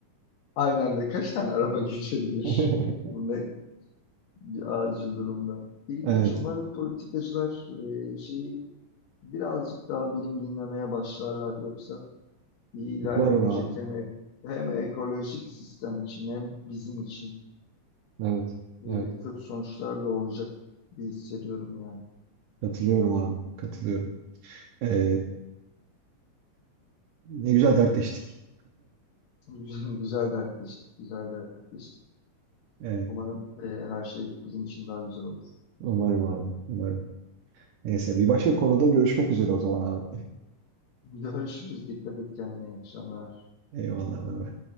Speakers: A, on the left (about 85°); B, on the right (about 80°).
A: aynı anda kaç tane araba geçebilir?
B: <laughs>
A: Bu ne bir acil durumda. İlginç.
B: Evet.
A: Umarım politikacılar e, şeyi birazcık daha bilim dinlemeye başlarlar yoksa iyi ilerlemeyecek
B: Umarım abi.
A: hem, ek- hem ekolojik sistem için hem bizim için
B: Evet.
A: e,
B: Evet.
A: kötü sonuçlar da olacak bir hissediyorum yani.
B: Katılıyorum abi. Katılıyorum. Ee, ne güzel dertleştik.
A: Güzel, <laughs> güzel dertleştik, güzel dertleştik.
B: Evet.
A: Umarım e, her şey bizim için daha güzel olur.
B: Umarım abi. Umarım. Neyse bir başka konuda görüşmek üzere o zaman abi.
A: Görüşürüz. Dikkat et kendine. İyi akşamlar.
B: Eyvallah. Bay bay.